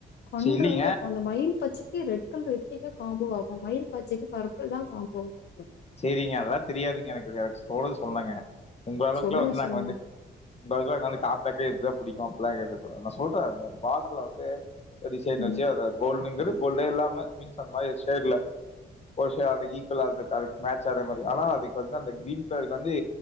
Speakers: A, on the left; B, on the left.
A: கண்ட்ராவியா
B: சரி இல்லைங்க
A: இருக்கு அந்த மயில் பச்சிக்கி ரெ ட் கலர் எப்டிங்க காம்போ ஆகும் மயில் பச்சைக்கு பர்ப்பிள்தான் காம்போ ம்
B: செரிங்க அதெலாம் தெரியாதுங்க எனக்கேதாச் தோனுது சொன்னங்க உங்க அளவுக்குலாம்
A: சொல்லுங்க
B: வந்து
A: சொல்லுங்க
B: நாங்க வந்து உங்க அளவுக்குலாம் எங்காள காப்பாத்தி இதா புடிக்கும் <unintelligible> நான் சொல்றேன் பாடர்ல வந்து ஒரு டிசைன்
A: ம்
B: வச்சி அது கோல்ட்ங்கறது கோல்டேல்லாம் ஆ மீன்ஸ் அந்த மாதிரி ஒரு சேட்ல ஒரு ஷா ஈக்குவல் <unintelligible> மேட்ச ஆற மாதிரி ஆனா அதுக்கு வந்து மேச் ஆறமாறி ஆனா அதுக்கு வந்து அந்த கிரீன் கலருக்கு வந்து